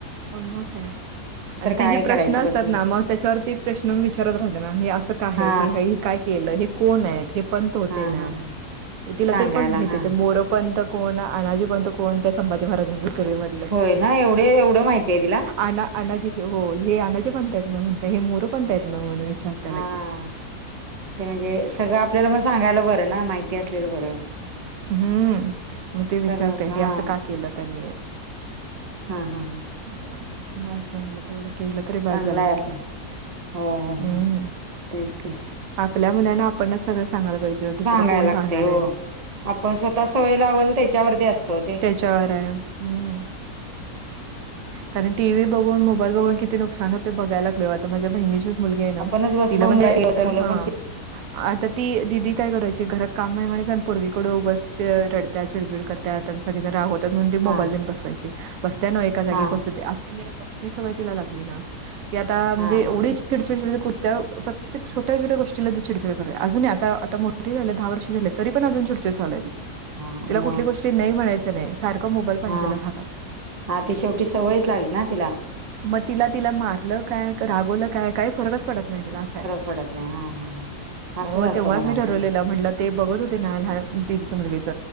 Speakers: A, on the right; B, on the right.
A: ह म काय? आणि
B: काय
A: ति जे प्रश्न
B: करायचं
A: असतात
B: बसून
A: ना मग त्याच्यावर ती प्रश्न विचारत राहत ना. हे असं काय
B: हा
A: आहे? हाय ही की काय? केलं. हे कोण आहेत हे पंत होते
B: हा
A: ना?
B: हा हा
A: तिला
B: सांगायला
A: ते पण माहिती
B: हा
A: मोर पंत कोण? अनाजी पंत कोण? त्या संभाजी महाराजांच्या सेवेमध्ये
B: होय ना? एवढे एवढं माहितीय तिला?
A: अना -अनाजी हो हे अनाजी पंतयत ना? म्हणते हे मोरं पंत येत ना? म्हणून विचारत्या
B: हा
A: लगेच.
B: ते म्हणजे सगळं आपल्याला मग सांगायला बरं ना? माहिती असलेलं बरं.
A: हम्म मग ते विचारत्या
B: सगळं
A: हे
B: हा
A: असं का केलं त्यानी.
B: हा हा हां.
A: बास म्हणलं तेवढ केलं तरी बास
B: चांगला
A: झाला
B: आहे
A: म्हटलं.
B: आपी हो हो
A: हम्म.
B: हो तेच की
A: आपल्या मुलांना आपणच सगळं सांगायला पाहिजे. दुसरं
B: सांगायला
A: कोण
B: लागतय
A: सांगणार
B: हो.
A: आहे?
B: आपण स्वतः सवय लावल त्याच्यावरती असतो वो ते.
A: त्याच्यावराय हम्म. कारण टी व्ही बघून मोबाईल बघून किती नुकसान होते बघयला लागलोय. आता माझ्या बहिणीचीच मुलगी आहे ना?
B: आपणच बसलो
A: तिला म्हणजे
B: मोबाईल घेऊन तर
A: हा
B: मुलं पण
A: आता ती दिदी काय करायची? घरात काम आहे म्हणायच पोरगीकड उगस रडत्या. चिडचिड करत्या. त्यां सगळीजन रागवतात. म्हणून ती
B: हा
A: मोबाईल देऊन बसवायची. बसत्या नव एका जागी
B: हा
A: बसू दे. अस म ही सवय तिला लागली ना? की आता
B: हा
A: म्हणजे एवढी
B: हा
A: चिडचिड -चिडचिड करत्या प्रत्यक्ष छोट्या छोट्या गोष्टीला ती चिडचिड करत्या अजून नाही आता आता मोठी झाल्या. दहा वर्ष झाल्या. तरी पण अजून चिडचिड चालू आहे तिची.
B: हा
A: तिला
B: मग
A: कुठली गोष्टी नाही म्हणायचं नाही. सारखं मोबाईल पाहिजेल
B: हा
A: हातात.
B: हा ती शेवटी सवयच लागली ना तिला.
A: मग तिला -तिला मारलं काय? क रागवलं काय? काय फरकच पडत नाही तिला अस हाय.
B: फरक पडत नाही हा हा हा असंच
A: मग
B: असतं
A: तेव्हाच
B: मुलांचं
A: मी ठरवलेल
B: ते
A: म्हटलं ते बघत आ हा दीदीच्या मुलगीच.